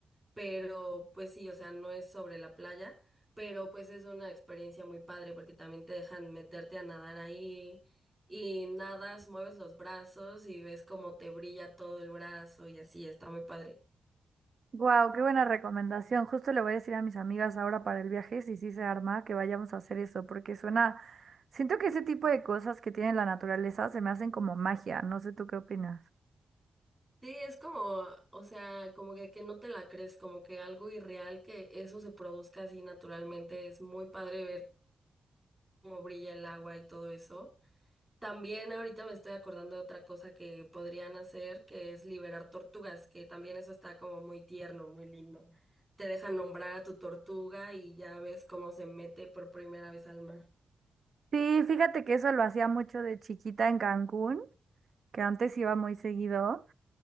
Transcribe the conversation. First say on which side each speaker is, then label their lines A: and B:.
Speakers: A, on the right; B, on the right.
A: pero pues sí, o sea, no es sobre la playa, pero pues es una experiencia muy padre porque también te dejan meterte a nadar ahí y nadas, mueves los brazos y ves cómo te brilla todo el brazo y así, está muy padre.
B: Wow, qué buena recomendación. Justo le voy a decir a mis amigas ahora para el viaje, si sí se arma, que vayamos a hacer eso, porque suena, siento que ese tipo de cosas que tiene la naturaleza se me hacen como magia. No sé tú qué opinas.
A: Sí, es como, o sea, como que, que no te la crees, como que algo irreal que eso se produzca así naturalmente, es muy padre ver cómo brilla el agua y todo eso. También ahorita me estoy acordando de otra cosa que podrían hacer, que es liberar tortugas, que también eso está como muy tierno, muy lindo. Te dejan nombrar a tu tortuga y ya ves cómo se mete por primera vez al mar.
B: Sí, fíjate que eso lo hacía mucho de chiquita en Cancún, que antes iba muy seguido.